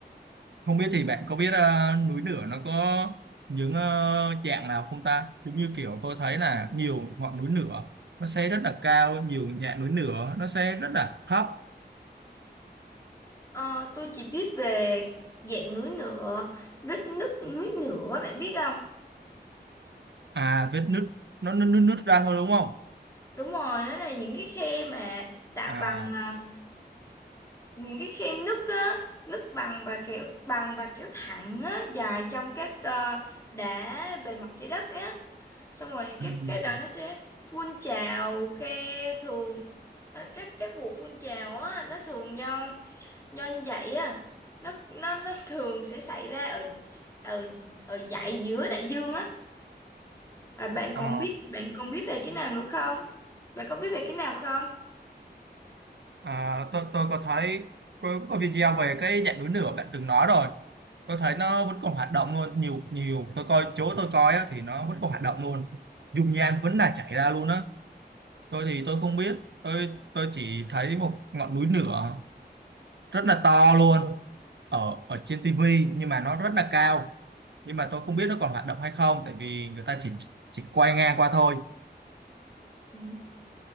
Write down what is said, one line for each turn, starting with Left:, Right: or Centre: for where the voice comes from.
Right: không biết thì bạn có biết ờ, núi lửa nó có những ờ, dạng nào không ta giống như kiểu tôi thấy là nhiều ngọn núi lửa nó sẽ rất là cao nhiều dạng núi lửa nó sẽ rất là thấp
Left: Ờ, tôi chỉ biết về dạng núi lửa, vết nứt núi lửa bạn biết không?
Right: à vết nứt nó nứt nứt nứt ra thôi đúng không
Left: Đúng rồi, đó là những cái khe mà tạo
Right: à
Left: bằng à, những cái khe nứt á, nứt bằng và kéo bằng và kéo thẳng á, dài trong các ờ, đá bề mặt trái đất á. Xong rồi các
Right: ừm,
Left: cái đó nó sẽ phun trào khe thường ờ, các các vụ phun trào á nó thường do do như vậy á nó nó nó thường sẽ xảy ra ở ở ở dải giữa đại dương á và bạn
Right: ờ,
Left: còn biết bạn còn biết về cái nào nữa không bạn có biết về cái nào không
Right: À, tôi tôi có thấy có, có video về cái dạng núi lửa bạn từng nói rồi. Tôi thấy nó vẫn còn hoạt động luôn, nhiều nhiều. Tôi coi chỗ tôi coi á, thì nó vẫn còn hoạt động luôn. Dung nham vẫn là chảy ra luôn á. Tôi thì tôi không biết. Tôi tôi chỉ thấy một ngọn núi lửa rất là to luôn ở ở trên tivi nhưng mà nó rất là cao. Nhưng mà tôi không biết nó còn hoạt động hay không tại vì người ta chỉ chỉ quay ngang qua thôi.
Left: Ừ.